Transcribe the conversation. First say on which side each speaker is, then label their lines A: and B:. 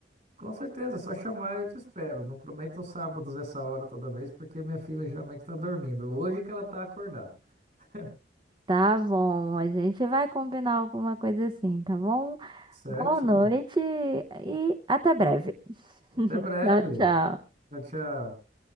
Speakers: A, on the right; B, on the right.
A: Com certeza, é só chamar eu te espero. Não prometo os sábados essa hora toda vez, porque minha filha geralmente está dormindo. Hoje que ela está acordada. <laughs>
B: Tá bom, a gente vai combinar alguma coisa assim, tá bom?
A: Certinho.
B: Boa noite e até breve.
A: Até breve.
B: Tchau, tchau.
A: Tchau, tchau.